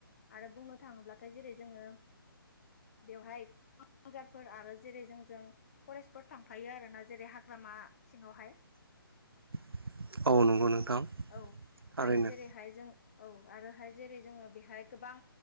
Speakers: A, on the left; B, on the right.
A: आरो बुंनो थाङोब्लाथाय जेरै जोङो बेवहाय <unintelligible> जारफोर आरो जेरै जोंजों फरेस्टफोर थांफायो आरोना जेरै हाग्रामा सिङावहाय
B: <inaudible> नंगौ नोंथां
A: औ
B: थारैनो
A: आरो जेरैहाय जों औ आरोहाय जेरै जोङो बेहाय गोबां